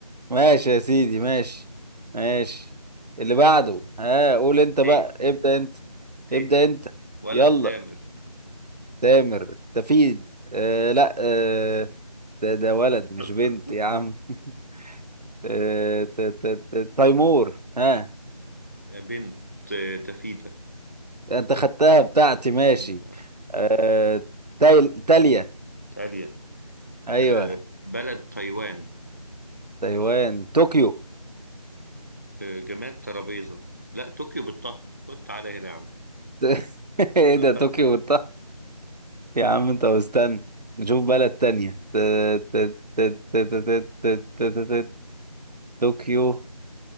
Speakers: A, on the right; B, on the left.
A: ماشي يا سيدي ماشي ماشي اللي
B: أه...
A: بعده ها قول انت بقى
B: ت
A: ابدأ انت
B: ت
A: ابدأ انت
B: ولا
A: يلا
B: التامر
A: تامر تفيد آه لا آه ده ده ولد مش
B: <laughs>
A: بنت يا عم <laughs> آه، ت- ت- ت- تيمور ها
B: بنت آه، تفيدة
A: انت خدتها بتاعتي ماشي
B: آه،
A: آه، تايل تاليا
B: تالية
A: ايوه
B: آه، بلد تايوان
A: تايوان طوكيو
B: آه، جماد ترابيزة لا طوكيو بالطه خد تعالى هنا يا عم
A: <laughs> ايه
B: <laughs>
A: ده طوكيو بالط- يا عم انت مستني نشوف بلد تانية ت- ت- ت- ت- ت- ت- ت- ت- ت- ت- طوكيو